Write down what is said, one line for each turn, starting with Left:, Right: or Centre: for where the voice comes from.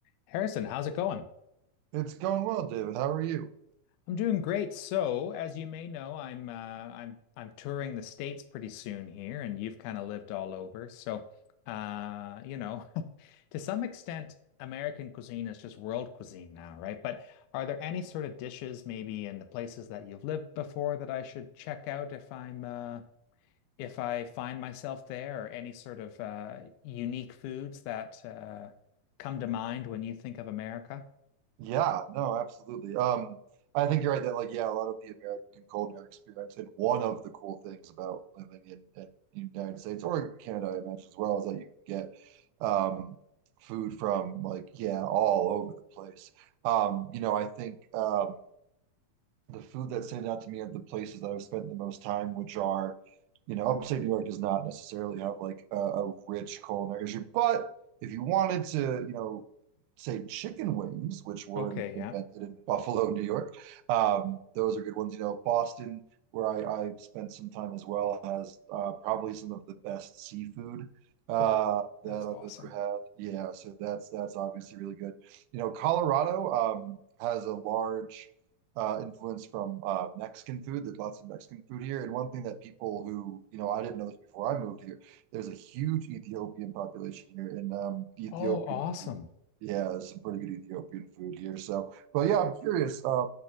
Left: Harrison, how's it going?
Right: It's going well, David. How are you?
Left: I'm doing great. So, as you may know, I'm uh, I'm I'm touring the States pretty soon here, and you've kind of lived all over. So, uh, you know, <laughs> to some extent, American cuisine is just world cuisine now, right? But are there any sort of dishes maybe in the places that you've lived before that I should check out if I'm uh, if I find myself there or any sort of uh, unique foods that uh, come to mind when you think of America.
Right: Yeah, no, absolutely. Um, I think you're right that like yeah, a lot of the American culinary experience and one of the cool things about living in, in the United States or Canada, I imagine as well, is that you can get um food from like yeah, all over the place. Um, you know, I think um the food that stands out to me are the places that I've spent the most time, which are, you know, upstate New York does not necessarily have like a, a rich culinary issue. But if you wanted to, you know, say chicken wings, which were
Left: Okay,
Right: invented
Left: yeah.
Right: in <laughs> Buffalo, New York, um, those are good ones. You know, Boston, where I, I spent some time as well, has uh, probably some of the best seafood uh,
Left: Oh, that's
Right: that
Left: awesome.
Right: I've ever had. Yeah, so that's that's obviously really good. You know, Colorado um, has a large uh, influence from uh, Mexican food. There's lots of Mexican food here. And one thing that people who, you know, I didn't know this before I moved here, there's a huge Ethiopian population here, and um, Ethiopian
Left: Oh, awesome.
Right: food. Yeah, there's some pretty good Ethiopian food here. So, but yeah, I'm curious uh,